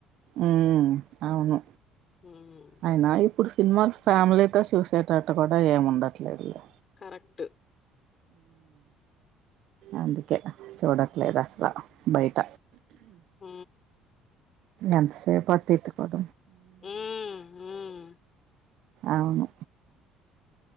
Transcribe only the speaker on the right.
ఉ అవును
ఆయన ఇప్పుడు సినిమాలు ఫ్యామిలీతో చూసేటట్టు కూడా ఏమి ఉండట్లేదులే
అందుకే చూడట్లేదు అసలు బయట
ఎంతసేపాతట్కోద
అవును